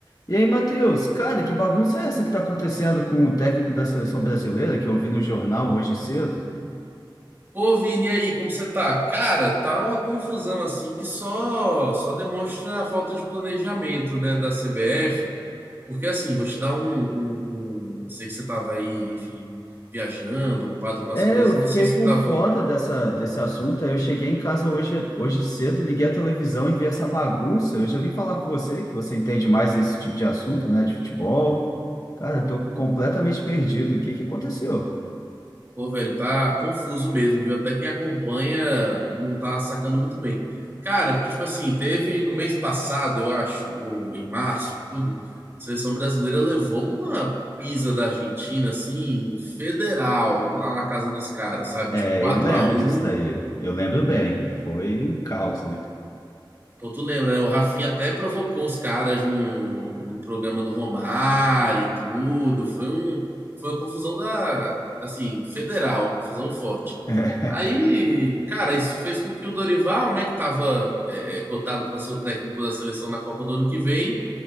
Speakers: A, on the left; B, on the right.
A: E aí, Matheus, cara, que bagunça é essa que tá acontecendo com o técnico da seleção brasileira, que eu vi no jornal hoje cedo?
B: Pô, Vini, e aí, como você tá? Cara, tá uma confusão assim que só só demonstra a falta de planejamento, né, da CBF. Porque assim, vou te dar um, um- um- Sei que você tava aí, enfim, viajando, ocupado com as
A: É,
B: coisas.
A: eu
B: Não
A: fiquei
B: sei se
A: por
B: tu tava.
A: fora dessa, desse assunto, aí eu cheguei em casa hoje, hoje cedo, liguei a televisão e vi essa bagunça. Eu já vim falar com você, que você entende mais desse tipo de assunto, né, de futebol. Cara, eu tô completamente perdido. O que que aconteceu?
B: Pô, velho, tá confuso mesmo, viu? Até quem acompanha não tá sacando muito bem. Cara, porque, tipo assim, teve no mês passado, eu acho, ou em março, tudo, a seleção brasileira levou uma pisa da Argentina, assim, federal, lá na casa dos caras, sabe?
A: É,
B: Tipo, 4x1.
A: eu lembro disso daí. Eu lembro bem. Foi um caos, né, cara?
B: Pô, tu lembra, né? O Rafinha até provocou os caras no, no programa do Romário e tudo. Foi um, foi uma confusão da, assim, federal, uma confusão forte.
A: <laughs>
B: Aí, cara, isso fez com que o Dorival, né, que tava é, cotado para ser o técnico da seleção na Copa do ano que vem,